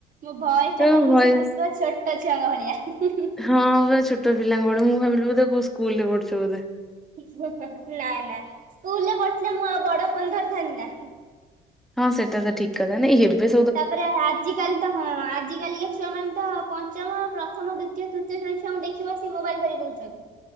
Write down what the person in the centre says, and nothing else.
ତ
ଭଏସ
ହଁ ପୁରା ଛୋଟ ପିଲାଙ୍କ ପଡ଼େ ମୁଁ ଭାବିଲି ବଧେ ବହୁ ସ୍କୁଲ ରେ ପଢ଼ୁଛ ବୋଧେ,
ହଁ ସେଇଟା ତ ଠିକ୍ କଥା ନାଇଁ ହେବେ,